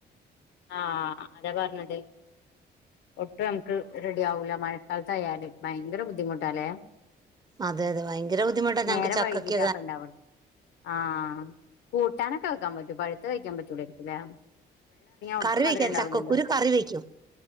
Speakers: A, on the left; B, on the right.
A: ആഹ് ആത പറഞ്ഞത്. ഒട്ടും നമക്ക് റെഡി ആവൂല്ല മഴക്കാലത്തായാലെ ഭയങ്കര ബുദ്ധിമുട്ടാല്ലേ?
B: അതെ അതെ ഭയങ്കര ബുദ്ധിമുട്ട
A: നേരം
B: ഞങ്ങക്ക് ചക്കക്യൊക്കെ
A: വൈകീട്ടാ അപ്പ ഉണ്ടാവുള്ളൂ ആഹ് കൂട്ടാനൊക്കെ വെക്കാൻ പറ്റും പഴുത്ത കഴിക്കാൻ പറ്റുള്ളായിരിക്കൂല്ലേ? ഒട്ടും
B: കറി
A: മധുരം
B: വെക്കാം
A: ഉണ്ടാവുലല്ലോ
B: ചക്കക്കുരു കറി വെക്കും